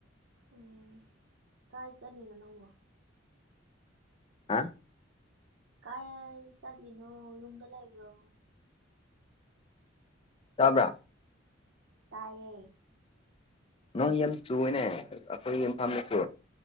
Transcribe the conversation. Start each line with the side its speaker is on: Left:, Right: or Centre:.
Right: ꯎꯝ ꯀꯥꯏ ꯆꯠꯂꯤꯅꯣ ꯅꯪꯕꯣ
Left: ꯍꯥ
Right: ꯀꯥꯏ ꯆꯠꯂꯤꯅꯣ ꯌꯨꯝꯗ ꯂꯩꯕꯔꯣ
Left: ꯇꯥꯕ꯭ꯔꯥ
Right: ꯇꯥꯏꯌꯦ
Left: ꯅꯣꯡ ꯌꯥꯝ ꯆꯨꯏꯌꯦꯅꯦ ꯑꯩꯈꯣꯏꯒꯤ ꯏꯝꯐꯜꯗꯁꯨ